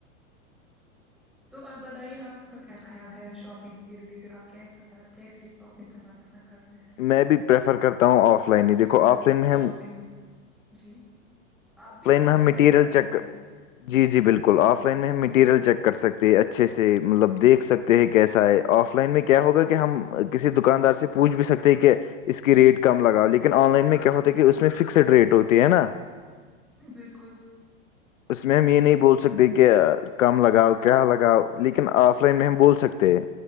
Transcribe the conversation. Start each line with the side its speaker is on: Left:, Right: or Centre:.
Centre: تو آپ بتائیے آپ کا کیا خیال ہے شاپنگ کے ریلیٹڈ آپ کیسا کیسی شاپنگ کرنا پسند کرتے
Left: میں بھی پریفر کرتا ہوں آف لائن
Centre: آپ
Left: ہی
Centre: کیا
Left: دیکھو
Centre: زیادہ
Left: آف لائن
Centre: تر
Left: میں ہم
Centre: شاپنگ جی آپ بھی آف
Left: میں
Centre: لائن
Left: ہم مٹیریل
Centre: پریفر کرتے
Left: چیک کر
Centre: ہیں
Left: جی جی بالکل آف لائن میں ہم میٹیریل
Centre: اوکے
Left: چیک کر سکتے اچھے سے مطلب دیکھ سکتے ہیں کیسا ہے آف لائن میں کیا ہوگا کہ ہم کسی دکاندار سے پوچھ بھی سکتے کہ اس کی ریٹ کم لگاؤ لیکن آن لائن میں کیا ہوتا ہے کہ اس میں فکسڈ ریٹ ہوتی ہے نا
Centre: بالکل
Left: اس میں ہم یہ نہیں بول سکتے کہ کم لگاؤ کیا لگاؤ لیکن آف لائن میں ہم بول سکتے ہیں